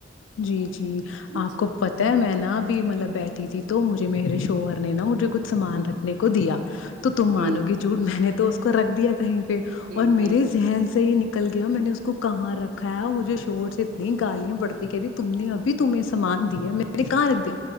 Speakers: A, on the left (about 80°); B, on the right (about 45°).
A: جی جی
B: جی
A: آپ کو پت ہے میں نا اب بھی مطلب بیٹھی تھی تو مجھے میرے شوہر نے نا مجھے کچھ سامان رکھنے کو دیا تو تم مانو
B: ہوں
A: گی جھٹ میں نے تو اس کو رکھ دیا کہیں پہ
B: ہوں
A: اور میرے
B: ہوں
A: ذہن سے ہی نک نکل گیا میں نے اس کو کہاں رکھا ہے اور مجھے شوہر سے اتنی گالیاں بڑ ج <unintelligible> تم نے ابھی تمہیں سامان د ہے م نے کہاں رکھ دیا